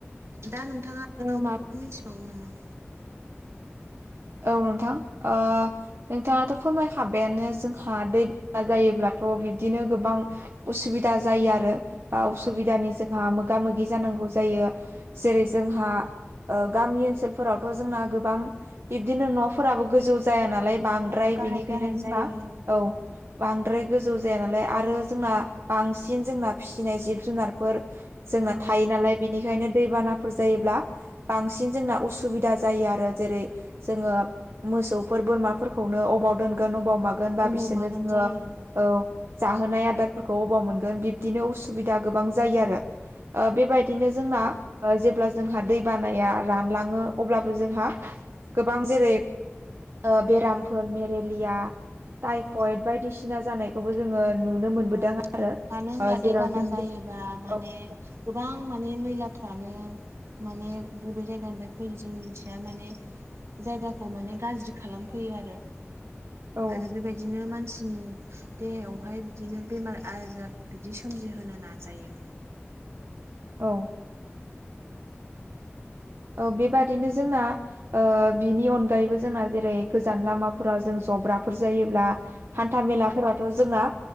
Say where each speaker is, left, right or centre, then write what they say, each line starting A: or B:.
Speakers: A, on the right; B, on the right.
A: दा नोंथाङा ओ माबाफोर मिनथिबावो नामा?
B: औ नोंथां। ओ नोंथाङाथ' फोरमायखाबायानो जोंहा दै बाना जायोब्लाथ' बिब्दिनो गोबां उसुबिदा जायो आरो बा उसुबिदानि
A: औ
B: जोंहा मोगा मोगि जानांगौ जायो। जेरै जोंहा गामि ओनसोलफोरावथ' जोंना गोबां बिबदिनो न'फोराबो गोजौ जाया नालाय बांद्राय
A: औ गाहाय
B: बिनिखायनो
A: गाहाय
B: जोंना
A: जायो
B: औ बांद्राय गोजौ जाया नालाय आरो जोंना बांसिन जोंना फिसिनाय जिब जुनारफोर जोंना
A: औ
B: थायो नालाय बेनिखायनो दैबानाफोर जायोब्ला बांसिन जोंना उसुबिदा जायो आरो जेरै जोङो मोसौफोर, बोरमाफोरखौनो अबाव दोनगोन अबाव मा गोन बा
A: अबाव
B: बिसोरनो
A: मागोन
B: जोङो
A: जायो
B: औ जाहोनाय आदारफोरखौ अबाव मोनगोन बिब्दिनो उसुबिदा गोबां जायो आरो ओ बेबायदिनो जोंना ओ जेब्ला जोंहा दै बानाया रानलाङो अब्लाबो जोंहा गोबां जेरै ओ बेरामफोर
A: औ
B: मेरेलिया, टाइफयेद
A: औ
B: बायदिसिना सिना जानायखौबो जोङो नुनो मोनबोदों
A: औ
B: आरो
A: मानो होनबा
B: ओ जेराव
A: दैबाना
B: जोङो
A: जायोबा माने
B: औ
A: गोबां माने मैलाफ्रानो माने बबे जायगानिफ्राय फैयो जों मिथिया माने जायगाखौ माने गाज्रि खालामफैयो आरो।
B: औ
A: आरो बेबायदिनो मानसिनि देहायाव हाय बिदिनो बेमार-आजार बिदि सोमजिहोनो नाजायो।
B: औ ओ बेबादिनो जोंना ओ बिनि अनगायैबो जोंना जेरै गोजान लामाफोराव जों जब्राफोर जायोब्ला हान्था-मेलाफोराथ' जोंना